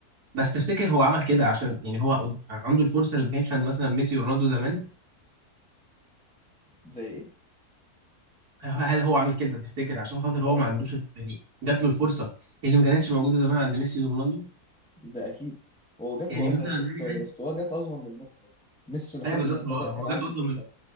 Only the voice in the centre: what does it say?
زي ايه
اه
ده اكيد هو جات
له اصغر
بس
بس هو جات اصغر منهم ميسي انا
فاكر
لما
بدأ
كان عنده
كام
سنه